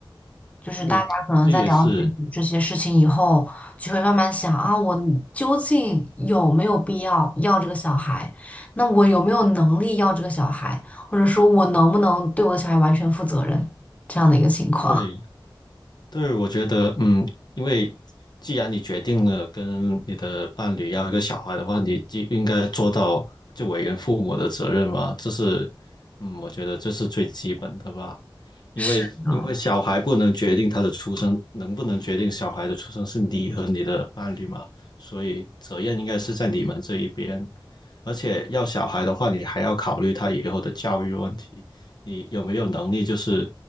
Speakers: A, on the left; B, on the left.
A: 就是大家可能在了解这些事情以后，
B: 对，这也是
A: 就会慢慢想啊，我究竟有没有必要要这个小孩？那我有没有能力要这个小孩？或者说我能不能对我的小孩完全负责任？这样的一个情况。
B: 对。对，我觉得，嗯，因为既然你决定了跟你的伴侣要一个小孩的话，你就应该做到就为人父母的责任嘛，这是，嗯，我觉得这是最基本的吧。因为因为小孩不能决定他的出生，
A: 是的，
B: 能不能决定小孩的出生是你和你的伴侣嘛，所以责任应该是在你们这一边。而且要小孩的话，你还要考虑他以后的教育问题，你有没有能力就是